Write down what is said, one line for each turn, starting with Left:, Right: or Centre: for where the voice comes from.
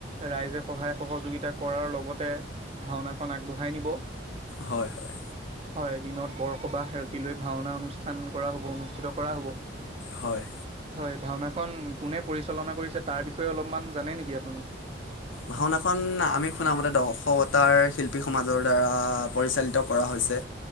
Right: ৰাইজ‌ সহায় সহযোগিতা কৰাৰ লগতে, ভাওনাখন আগবঢ়াই নিব।
Left: হয় হয়।
Right: হয় দিনত বৰসবাহ ৰাতিলৈ ভাওনা অনুষ্ঠান কৰা হব অনুষ্ঠিত কৰা হব।
Left: হয়।
Right: হয় ভাওনাখন কোনে পৰিচালনা কৰিছে তাৰ বিষয়ে অলপমান জানে নেকি আপুনি?
Left: ভাওনাখন আমি শুনামতে দৰ্শৱতাৰ শিল্পী সমাজৰ দ্বাৰা পৰিচালিত কৰা হৈছে,